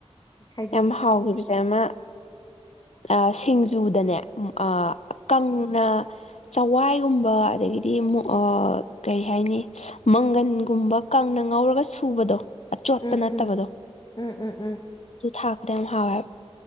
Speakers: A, on the left; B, on the left.
A: ꯍꯥꯏꯗꯤ
B: ꯌꯥꯝ ꯍꯥꯎꯒꯤꯕꯖꯦ ꯑꯃ ꯑꯥ ꯁꯤꯡꯖꯨꯗꯅꯦ ꯎꯝ ꯑꯥ ꯀꯪ ꯅ ꯆꯋꯥꯏꯒꯨꯝꯕ ꯑꯗꯒꯤꯗꯤ ꯎꯝ ꯀꯔꯤ ꯍꯥꯏꯅꯤ ꯃꯪꯒꯟ ꯒꯨꯝꯕ ꯀꯪꯡꯅ ꯉꯧꯔꯒ ꯁꯨꯕꯗꯣ ꯑꯆꯣꯠꯄ
A: ꯎꯝ
B: ꯅꯠꯇꯕꯗꯣ
A: ꯎꯝ ꯎꯝ ꯎꯝ ꯎꯝ
B: ꯊꯥꯛꯄꯗꯣ ꯌꯥꯝ ꯍꯥꯎꯌꯦ ꯍꯥꯢꯕ